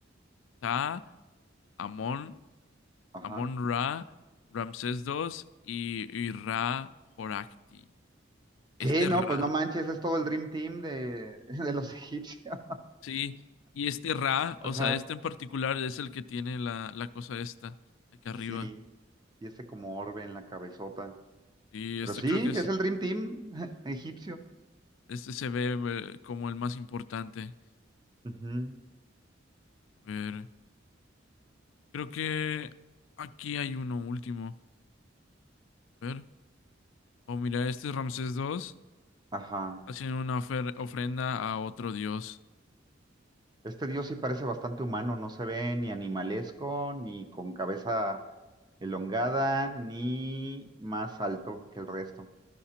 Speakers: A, on the left; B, on the right.
A: Ta, Amón
B: Ajá.
A: Amón Ra, Ramsés II y, y Ra Horakhti. Este
B: ¿Qué? No,
A: Ra,
B: pues no manches, es todo el Dream Team de, <laughs> de los egipcios.
A: sí, y este Ra,
B: Ajá.
A: o sea, este en particular es el que tiene la, la cosa esta, acá arriba.
B: Sí, y ese como orbe en la cabezota.
A: Y
B: Pero
A: esto
B: sí,
A: creo que es,
B: es el Dream Team <laughs> egipcio.
A: este se ve eh, como el más importante.
B: Ujú.
A: A ver, creo que aquí hay uno último. A ver, oh, mira, este es Ramsés II.
B: Ajá.
A: haciendo una ofer- ofrenda a otro dios.
B: Este dios sí parece bastante humano, no se ve ni animalesco, ni con cabeza elongada, ni más alto que el resto.